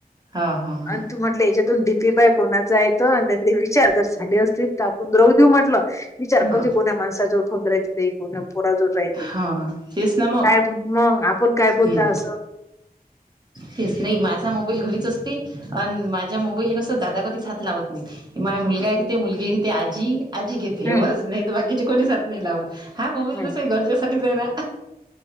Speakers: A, on the right (about 25°); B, on the left (about 20°).
A: हा हा
B: आणि
A: हा
B: तू म्हटलं याच्यातून भीपी बाय कोणाचा येतो आणि त्यां विचार जर झाले असतील तर आपण राहू म्हटलं विचार
A: हा
B: क की को माणसा जोड होोंद राय ते को पोरा जोड राहय
A: हा तेच ना मग
B: काय मग आपण काय बोलता
A: हम्म
B: असं
A: तेच नाही माझा मोबाईल घरीच असते आणि माझ्या मोबाईल कस दादा कधीच हात लावत नाहीत म मा मुलगा खेत मुलगी खेत आजी अजी किथे
B: हम्म
A: बस नाही तो बाकीचे कोणी साात नाही लाव हा मोबाईल
B: हम्म
A: तसही घरजेसाठीच आहे ना